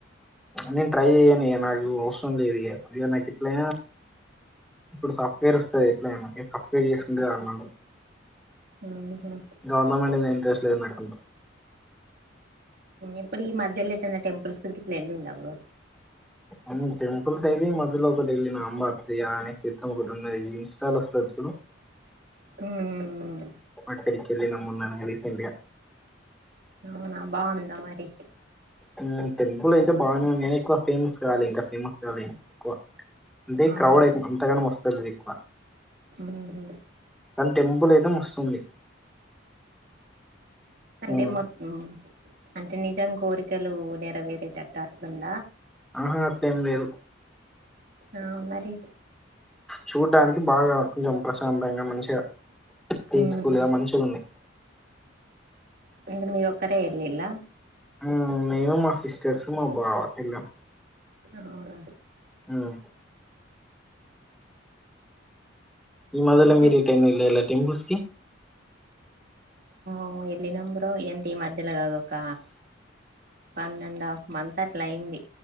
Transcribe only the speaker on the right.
ఉహు
ఇప్పుడు ఈ మధ్యలో ఎటాన్ని టేంపుల్స్ గట్ల ఎల్ ఇండా బ్రో
ఉమ్
ఔన బాందా మరి
అవునా
ఉహు
అంటె
మొత్తం అంటే నిజం కోరికలు నెర్ వేరేటట్టు అట్లుంద.
ఆ మరి.
ఉహు
మరి మీరొక్కరే ఎల్లిల్ల
ఔన
ఇంకా
ఓ యెళ్ళినం బ్రో ఏంటి ఈ మధ్యల గాదు ఒక వన్నండాఫ్ మంత్ అట్లైంది